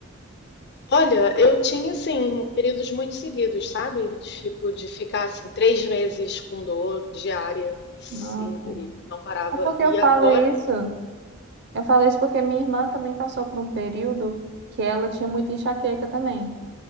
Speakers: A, on the left; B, on the right.
A: Olha, eu tinha assim períodos muito seguidos, sabe? Tipo de ficar assim três meses com dor diária, sim,
B: Nossa.
A: e não parava.
B: É porque
A: E
B: eu
A: agora,
B: falo isso. Eu falo isso porque minha irmã também passou por um período que ela tinha muita enxaqueca também.